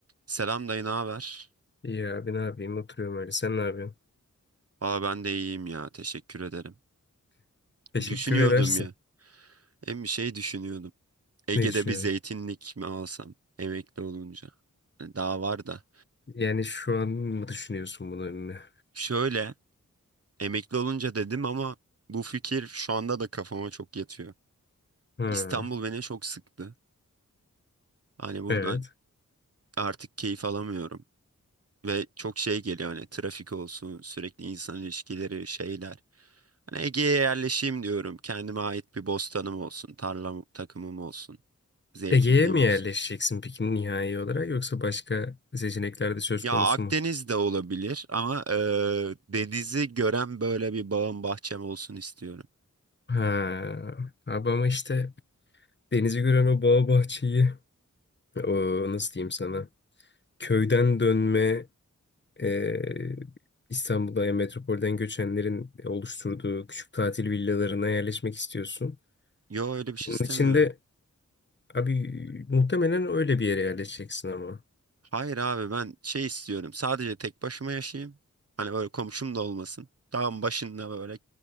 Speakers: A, on the right; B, on the left.
A: Selam dayı, ne haber?
B: İyi abi ne yapayım oturuyorum öyle. Sen ne yapıyorsun?
A: Aa ben de iyiyim ya, teşekkür ederim.
B: Teşekkür
A: Düşünüyordum
B: edersin.
A: ya, hem bir şey düşünüyordum. Ege'de
B: Ne düşünüyorsun?
A: bir zeytinlik mi alsam emekli olunca? E, Daha var da.
B: Yani şu an mı düşünüyorsun bunu önüne?
A: Şöyle, emekli olunca dedim ama bu fikir şu anda da kafama çok yatıyor.
B: Ha,
A: İstanbul beni çok sıktı. Hani buradan
B: evet.
A: artık keyif alamıyorum. Ve çok şey geliyor hani trafik olsun, sürekli insan ilişkileri, şeyler. Hani Ege'ye yerleşeyim diyorum. Kendime ait bir bostanım olsun, tarlam takımım olsun. Zeytinliği
B: Ege'ye mi
A: olsun?
B: yerleşeceksin peki nihai olarak yoksa başka seçenekler de söz
A: Ya
B: konusu
A: Akdeniz
B: mu?
A: de olabilir ama eee, denizi gören böyle bir bağım bahçem olsun istiyorum.
B: Ha, abi ama işte denizi gören o bağ bahçeyi o nasıl diyeyim sana köyden dönme e, İstanbul'a ya metropolden göçenlerin oluşturduğu küçük tatil villalarına yerleşmek istiyorsun.
A: Yo öyle bir şey
B: Bunun
A: istemiyorum.
B: için de Abi muhtemelen öyle bir yere yerleşeceksin ama.
A: Hayır abi ben şey istiyorum. Sadece tek başıma yaşayayım. Hani böyle komşum da olmasın. Dağın başında böyle